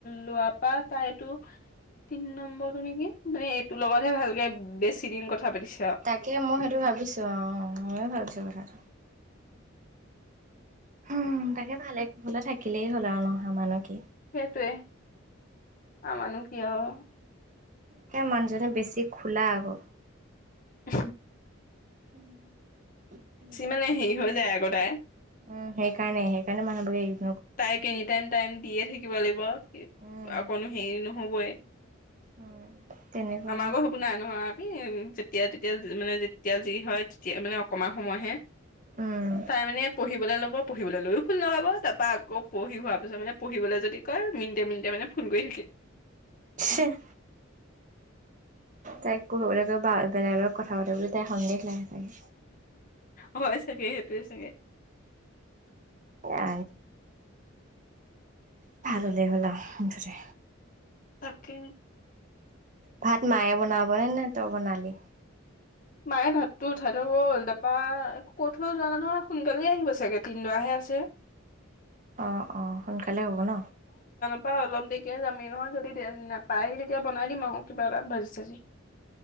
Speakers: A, on the left; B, on the right.
A: লোৱাৰ পৰা তাই এইটো তিন নম্বৰটো নেকি মানে এইটোৰ লগতহে ভালকে বেছি দিন কথা পাতিছিল
B: তাকে মই সেইটো ভাবিছো আহ ময়ো ভাবিছো কথাটো উম তাকে ভালে হলে থাকিলেই হ'ল আৰু নহা মানহ কি
A: সেইটোৱে আ মানুহ কি আৰু
B: তাই মানুহজননে বেছি খোলা আকৌ
A: উ
B: উম উম সেইকাৰণে
A: মানে হেৰি হৈ যায়
B: সেইকাৰণে
A: আকৌ তাই
B: মানুহ বোৰে
A: তাইক এনি টাইম টাইম দিয়ে থাকিব লাগিব
B: উম
A: অকনো হেৰি নহবই
B: উম তেনেকুৱা
A: আমাৰক সুখ নাই নহয় উ যেতিয়া তেতিয়া মানে যেতিয়া যি হয় তেতিয়া মানে অকমান সময়হে
B: উম
A: তাই মানে পঢ়িবলৈ ল'ব পঢ়িবলৈ লৈও ফুল নাপাব তাৰপা অ পঢ়ি হোৱাৰ পিছত মানে পঢ়িবলৈ যদি কয় মিনিটে মিনিটে মানে ফোন কৰি থাকি
B: শ তাইক পঢ়িবলৈ কৈ বা বেলেগত কথা পাতি বুলি তাই সন্দেহ লাগে চাগে
A: হয় চাগেই সেইটোৱে চাগে
B: এ ভ হলে হলা মুঠতে
A: তাকে
B: ভাত মায়ে বনাবনে নে তই বনালি
A: মায়ে ভাততটো উঠাই থৈ গ'ল তাৰপা কত হৈ যোৱা নাই নহয় সোনকালে আহিব চাগে তিনিদাহে আছে
B: অ অ সোনকালে হ'ব ন
A: অ অলপ দেৰিকে যামেই নহয় যদি নাপাই আহি তেতিয়া বনাই দিম আৰু কিবা এটা ভাজি চাজি <inaudible>